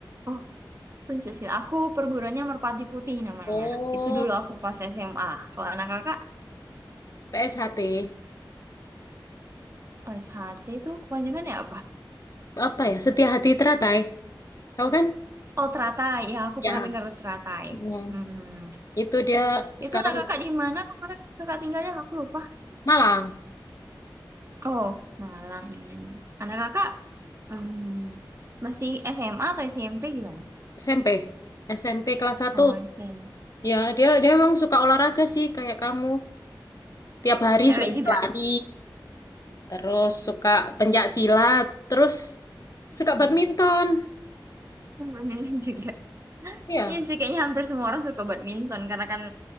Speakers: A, on the right; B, on the left.
A: Oh, pencak silat. Aku perguruannya Merpati Putih namanya.
B: Oh,
A: Itu dulu aku pas SMA. Kalau anak kakak
B: PSHT.
A: OSHT itu kepanjangannya apa?
B: Apa ya? Setia Hati Teratai. Tahu kan?
A: Oh, teratai. Ya, aku
B: Ya.
A: pernah dengar teratai.
B: Hmm.
A: Hmm.
B: Itu dia
A: Itu
B: sekarang
A: anak kakak di mana kemarin kakak tinggalnya? Aku lupa.
B: Malang.
A: Oh, Malang. Hmm. Anak kakak Hmm, masih SMA atau SMP gimana?
B: SMP, SMP kelas satu,
A: Oh, SMP.
B: Ya, dia dia memang suka olahraga sih kayak kamu. Tiap hari
A: Cewek
B: suka
A: juga.
B: lari, terus suka pencak silat, terus suka badminton.
A: Hmm. Permainan <laughs> juga.
B: Iya,
A: Iya sih kayaknya hampir semua orang suka badminton karena kan